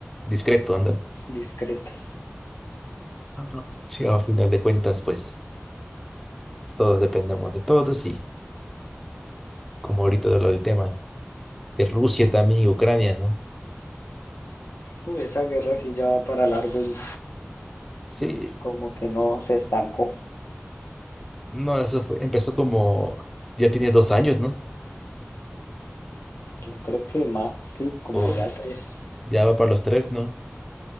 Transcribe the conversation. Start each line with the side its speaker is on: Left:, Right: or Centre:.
Centre: Discreto, ándale.
Left: discretos
Centre: Ajá. Sí, al final de cuentas, pues, todos dependemos de todos y como ahorita de lo del tema de Rusia también y Ucrania, ¿no?
Left: Uy, esa guerra sí ya va para largo y
Centre: Sí,
Left: como que no se estancó.
Centre: No, eso fue, empezó como, ya tiene dos años, ¿no?
Left: Yo creo que más, sí, como
Centre: O
Left: ya tres.
Centre: ya va para los tres, ¿no?